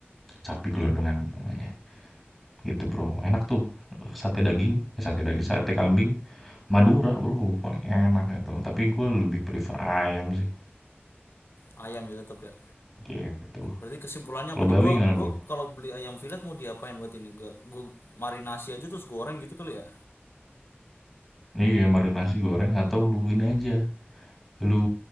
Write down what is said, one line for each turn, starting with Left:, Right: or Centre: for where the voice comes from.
Centre: sapi gelondongan namanya gitu bro enak tuh sate daging eh, sate daging sate kambing Madura bro paling enak itu tapi gue lebih prefer ayam sih
Left: Ayam ya tetap ya.
Centre: gitu
Left: Berarti kesimpulannya
Centre: kalau
Left: apa nih?
Centre: bawi
Left: Gua
Centre: gimana
Left: gua
Centre: bro
Left: kalau beli ayam fillet mau diapain buat ini? Gua gua marinasi aja terus goreng gitu kali ya.
Centre: iya marinasi goreng atau lu ini aja lu